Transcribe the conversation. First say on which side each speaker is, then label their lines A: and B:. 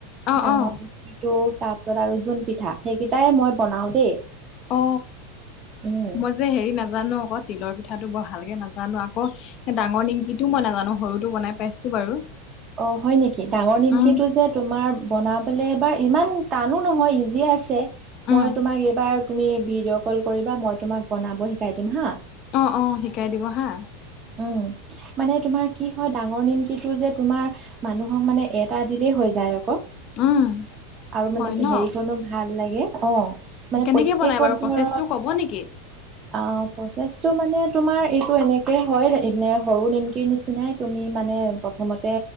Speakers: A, on the left; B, on the right.
A: অ
B: ডাঙৰ
A: অ
B: নিমকিটো তাৰপিছত আৰু জোন পিঠা সেইকেইটাই মই বনাওঁ দেই।
A: অ
B: উম
A: মই যে হেৰি নাজ- নাজানো আক তিলৰ পিঠাটো বৰ ভালকে নাজানো আক ডাঙৰ নিমকিটো মই নাজানো সৰুটো বনাই পাইছোঁ। বাৰু।
B: অ হয় নেকি ডাঙৰ নিমকিটো
A: উম
B: যে তোমাৰ বনা বলে এবাৰ ইমান টানো নহয় ইজিয়ে আছে।
A: উম
B: মই তোমাক এইবাৰ তুমি ভিডিঅ' কল কৰিবা মই তোমাক বনাব শিকাই দিম হা।
A: অ অ শিকাই দিব হা।
B: উম মানে তোমাৰ কি হয় ডাঙৰ নিমকটো যে তোমাৰ মানুহক মানে এটা দিলেই হৈ যায় আক।
A: উম,
B: আৰু
A: হয়
B: মানে
A: ন?
B: হেৰিখনো ভাল লাগে অ। মানে
A: কেনেকে
B: প্ৰত্যেক‌
A: বনাই বাৰু
B: ঘৰত
A: প্ৰচেছটো ক'ব নেকি?
B: অ প্ৰচে- টো মানে তোমাৰ এইটো এনেক তে হয় এনে সৰু নিমকিৰ নিচিনাই তুমি মানে প্ৰথমতে